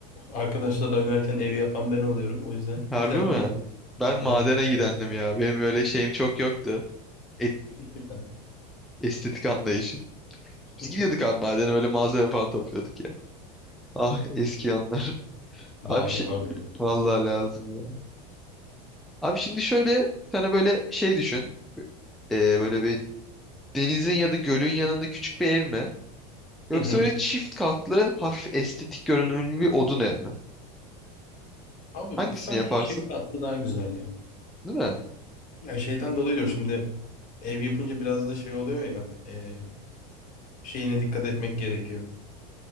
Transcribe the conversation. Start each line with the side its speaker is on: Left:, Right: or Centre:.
Left: arkadaşlarla oynarken evi yapan ben oluyorum. O yüzden
Centre: Harbi
Left: <laughs> güzel
Centre: mi?
Left: bir
Centre: Ben
Left: güzel
Centre: madene
Left: bir
Centre: gidendim
Left: tercih.
Centre: ya. Benim böyle şeyim çok yoktu. Et,
Left: <laughs> Ben.
Centre: estetik anlayışım.
Left: <laughs>
Centre: Biz gidiyorduk abi madene böyle malzeme falan topluyorduk ya. Ah eski anlar. <laughs>
Left: Lazım
Centre: Abi şey
Left: abi.
Centre: vallahi lazım ya. Abi şimdi şöyle sana böyle şey düşün. Ee, böyle bir denizin ya da gölün yanında küçük bir ev mi? Yoksa
Left: Hı hı.
Centre: böyle çift katlı hafif estetik görünümlü bir odun ev mi?
Left: Abi
Centre: Hangisini
Left: sanki
Centre: yaparsın?
Left: çift katlı daha güzel ya.
Centre: Değil mi?
Left: Ya şeyden dolayı diyorum şimdi ev yapınca biraz da şey oluyor ya. e, şeyine dikkat etmek gerekiyor.